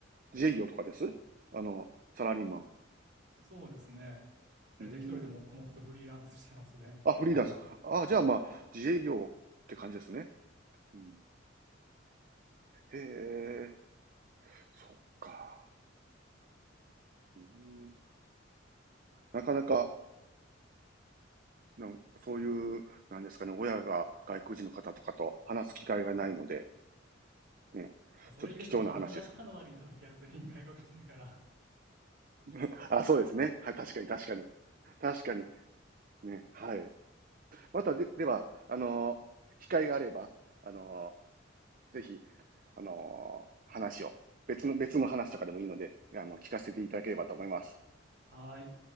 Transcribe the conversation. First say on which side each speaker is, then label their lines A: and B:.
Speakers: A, on the right; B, on the right.
A: 自営業とかですあの、サラリーマン。
B: そうですね。だいたい一人で黙々とフリーランスしてますね。
A: うん。あ、フリーランス。
B: だから。
A: あ、じゃあまあ、自営業って感じですね。うん。へえ、そっか。うん。なかなか、なんそういう、なんですかね、親が外国人の方とかと話す機会がないので、ね。
B: でもそれ言うとカナダ、
A: ちょっと貴重な話ですよ。
B: カナダにいたきは全員外国人だから、<laughs>
A: <laughs> あ、そうですね。はい、確かに確かに。確かに。ね、はい。またで、では、あのー機会があれば、あのーぜひ、あのー話を、別の、別の話とかでもいいので、あの、聞かせていただければと思います。
B: はーい、